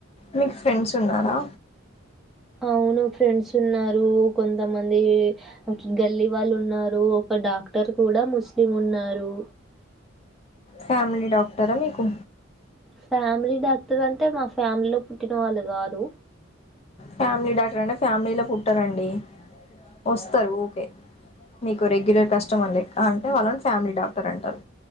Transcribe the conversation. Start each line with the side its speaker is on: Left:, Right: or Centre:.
Left: మీకు ఫ్రెండ్స్ ఉన్నారా
Centre: అవును ఫ్రెండ్స్ ఉన్నారు కొంతమంది గల్లీ వాళ్ళు ఉన్నారు ఒక డాక్ డాక్టర్ కూడా ముస్లిం ఉన్నారు
Left: ఫ్యామిలీ డాక్టరా మీకు
Centre: ఫ్యామిలీ డాక్టర్ అంటే మా ఫ్యామిలీలో పుట్టిన వాళ్ళు కాదు
Left: ఫ్యామిలీ డాక్టర్ అంటే ఫ్యామిలీ లో పుట్టరండి వస్తారు ఓకే మీకు రెగ్యులర్ కస్ట కష్టమార్ అంటే వాళ్ళని ఫ్యామిలీ డాక్టర్ అంటారు